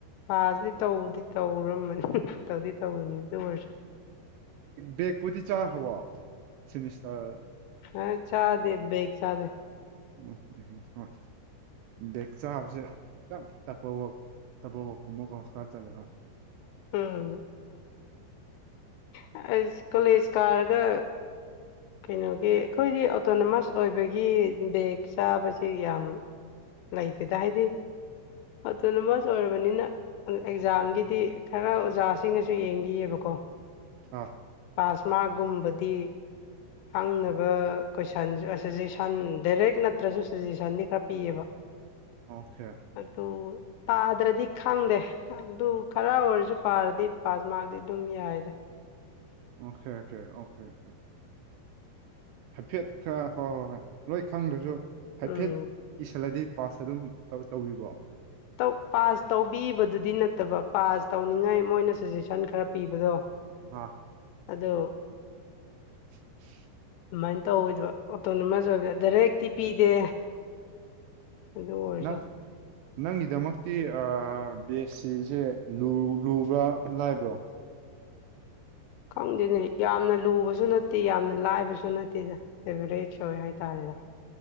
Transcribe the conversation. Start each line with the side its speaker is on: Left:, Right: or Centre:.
Left: ꯄꯁꯤꯗꯤ ꯇꯧꯕꯗꯤ ꯇꯧꯔꯝꯃꯅꯤ ꯇꯧꯗꯤ ꯇꯧꯕꯅꯤ ꯑꯗꯨ ꯑꯣꯏꯔꯁꯨ
Right: ꯕꯦꯛꯄꯨꯗꯤ ꯆꯥꯈ꯭ꯔꯕꯣ ꯁꯤꯃꯤꯁꯇꯔ
Left: ꯑꯥ ꯆꯥꯗꯦ ꯕꯦꯛ ꯆꯥꯗꯦ
Right: <unintelligible> ꯗꯆꯣ ꯍꯥꯁꯦ ꯇꯄꯣ ꯇꯄꯣꯀꯨꯝꯃ ꯀꫭ ꯈꯔꯥ ꯆꯂꯦꯒ
Left: ꯎꯝ ꯑꯁ ꯀꯣꯂꯦꯖ ꯀꯥꯔꯒ ꯀꯩꯅꯣꯒꯤ ꯑꯩꯈꯣꯏꯗꯤ ꯑꯣꯇꯣꯅꯣꯃꯁ ꯑꯣꯏꯕꯒꯤ ꯕꯒ ꯆꯥꯕꯁꯤ ꯌꯥꯝ ꯂꯩꯇꯦꯗ ꯍꯥꯏꯗꯤ ꯑꯣꯇꯣꯅꯣꯃꯁ ꯑꯣꯏꯔꯕꯥꯅꯤꯅ ꯑꯗꯣ ꯑꯦꯛꯖꯥꯝꯒꯤꯗꯤ ꯈꯔ ꯑꯣꯖꯥꯁꯤꯡꯅꯁꯨ ꯌꯦꯡꯕꯤꯌꯦꯕꯥꯀꯣ
Right: <unintelligible>
Left: ꯄꯥꯁꯃꯥꯛ ꯒꯨꯝꯕꯗꯤ ꯍꯪꯅꯕ ꯀꯣꯏꯁꯟ ꯑꯁꯤꯖꯦꯁꯟ ꯗꯥꯔꯦꯛ ꯅꯠꯇ꯭ꯔꯁꯨ ꯁꯖꯦꯁꯟꯗꯤ ꯈꯔ ꯄꯤꯌꯦꯕꯥ
Right: ꯑꯣꯈꯦ
Left: ꯑꯗꯣ ꯄꯥꯗ꯭ꯔꯗꯤ ꯈꯪꯗꯦ ꯑꯗꯨ ꯈꯔ ꯑꯣꯏꯔꯁꯨ ꯄꯥꯔꯗꯤ ꯄꯥꯁ ꯃꯥꯛꯗꯤ ꯑꯗꯨꯝ ꯌꯥꯏꯔꯦ
Right: ꯑꯣꯈꯦ ꯑꯣꯈꯦ ꯑꯣꯈꯦ ꯑꯣꯈꯦ ꯍꯥꯏꯐꯦꯠ ꯈ ꯍꯣꯏ ꯍꯣꯏ ꯍꯣꯏ ꯂꯣꯏ ꯈꯪꯗ꯭ꯔꯖꯨ
Left: ꯎꯝ
Right: ꯍꯥꯏꯐꯦꯠ ꯏꯁꯤꯜꯂꯗꯤ ꯄꯥꯁ ꯑꯗꯨꯝ ꯇꯧ ꯇꯧꯋꯤꯀꯣ
Left: ꯇꯧ ꯄꯥꯁ ꯇꯧꯕꯤꯕꯗꯨꯗꯤ ꯅꯠꯇꯥꯕ ꯄꯥꯁ ꯇꯧꯅꯤꯡꯉꯥꯏ ꯃꯣꯏꯅ ꯁꯥꯖꯦꯁꯟ ꯈꯔ ꯄꯤꯕꯗꯣ
Right: ꯑꯥ
Left: ꯑꯗꯣ
Right: <inaudible>
Left: ꯑꯗꯨꯃꯥꯏꯅ ꯇꯧꯑꯣꯢꯗꯕ ꯑꯣꯇꯣꯅꯣꯃꯁ ꯑꯣꯏꯕ ꯗꯥꯏꯔꯦꯛꯇꯤ ꯄꯤꯗꯦ ꯑꯗꯨ ꯑꯣꯏꯔꯥꯁꯨ
Right: ꯅꯪ ꯅꯪꯒꯤꯗꯃꯛꯇꯤ ꯑꯥ ꯕꯦꯁ ꯁꯤꯁꯦ ꯂꯨ ꯂꯨꯕ꯭ꯔꯥ ꯂꯥꯏꯕ꯭ꯔꯣ
Left: ꯈꯪꯗꯦꯅꯦ ꯌꯥꯝꯅ ꯂꯨꯕꯁꯨ ꯅꯠꯇꯦ ꯌꯥꯝꯅ ꯂꯥꯏꯕꯁꯨ ꯅꯠꯇꯦꯗꯥ ꯑꯦꯚꯔꯦꯖ ꯑꯣꯏ ꯍꯥꯏ ꯇꯥꯔꯦꯗꯥ